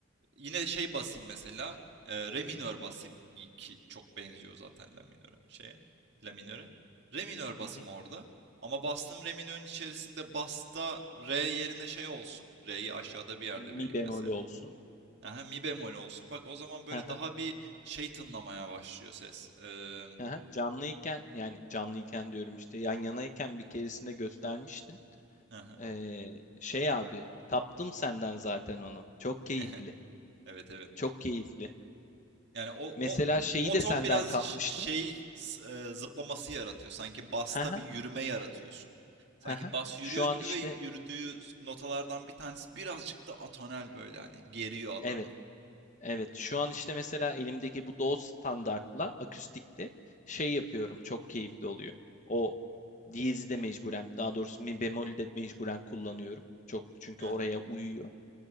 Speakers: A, on the right; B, on the left.
A: Yine şey basayım mesela. E, re minör basayım. İyi ki çok benziyor zaten la minöre şeye. La minöre. Re minör
B: Hı
A: basayım
B: hı.
A: orada. Ama bastığım re minörün içerisinde basta re yerine şey olsun. Re'yi aşağıda bir yerde
B: Mi
A: vereyim
B: bemol
A: mesela.
B: olsun.
A: Aha, mi bemol olsun. Bak o zaman
B: Hı
A: böyle daha
B: hı.
A: bir şey tınlamaya başlıyor ses. Ee,
B: Hı hı. Canlıyken yani canlıyken diyorum işte yan yanayken bir keresinde göstermiştin.
A: aha.
B: Ee, şey abi kaptım senden zaten onu. Çok keyifli.
A: <laughs> Evet evet.
B: Çok keyifli.
A: Yani o
B: Mesela
A: o
B: şeyi
A: o
B: de
A: ton
B: senden
A: biraz
B: kapmıştım.
A: ş- şey e, zıplaması yaratıyor. Sanki basta
B: He he,
A: bir yürüme yaratıyorsun. Sanki
B: he he.
A: bas yürüyor
B: Şu
A: gibi
B: an işte
A: ve yürüdüğü notalardan bir tanesi birazcık da atonel böyle hani geriyor adamı.
B: evet, evet. Şu an işte mesela elimdeki bu DAW standartla akustikte şey yapıyorum. Çok keyifli oluyor. O diyezi de mecburen, daha doğrusu mi bemolü de mecburen kullanıyorum. Çok çünkü
A: Hı
B: oraya
A: hı.
B: uyuyor.